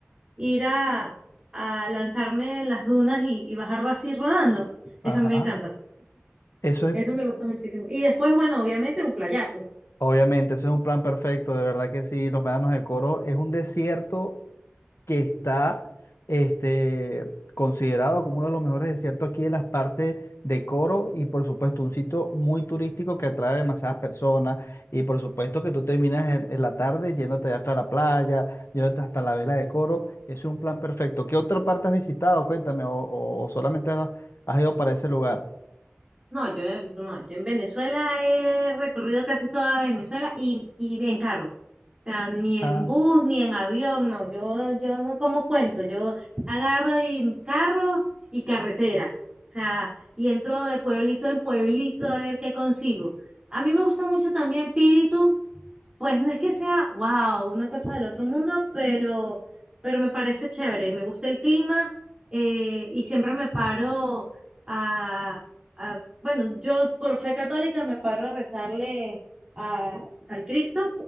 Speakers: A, on the right (about 20°); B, on the left (about 80°).
A: ir a, a lanzarme en las dunas y, y bajar así rodando.
B: Ajá.
A: Eso a mí me encanta.
B: Eso es,
A: Eso me gusta muchísimo. Y después, bueno, obviamente un playazo.
B: obviamente, eso es un plan perfecto, de verdad que sí, los médanos de Coro es un desierto que está este, considerado como uno de los mejores desiertos aquí en las partes de Coro y por supuesto un sitio muy turístico que atrae demasiadas personas y por supuesto que tú terminas en, en la tarde yéndote hasta la playa, yéndote hasta la vela de Coro, es un plan perfecto. ¿Qué otra parte has visitado? Cuéntame, o, o- o solamente has, has ido para ese lugar.
A: No, yo, he- no, yo en Venezuela he recorrido casi toda Venezuela y, y en carro. O sea, ni
B: Ah,
A: en bus, ni en avión, no. Yo, yo no como cuento. Yo agarro y carro y carretera. O sea, y entro de pueblito en pueblito a ver qué consigo. A mí me gusta mucho también Píritu. Pues no es que sea, wow, una cosa del otro mundo, pero, pero me parece chévere, me gusta el clima eh, y siempre me paro a, a- bueno, yo por fe católica me paro a rezarle a- al Cristo